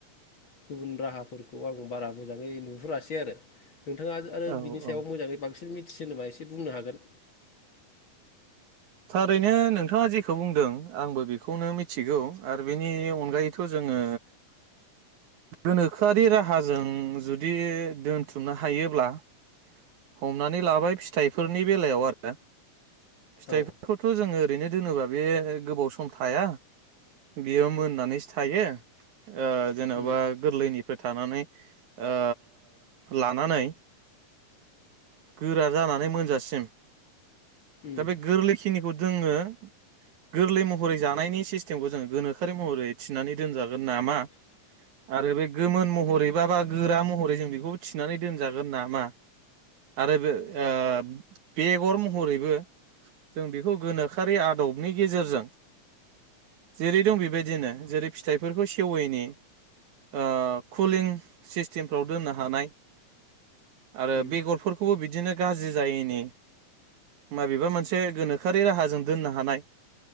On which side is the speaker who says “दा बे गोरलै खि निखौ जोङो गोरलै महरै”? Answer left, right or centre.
Right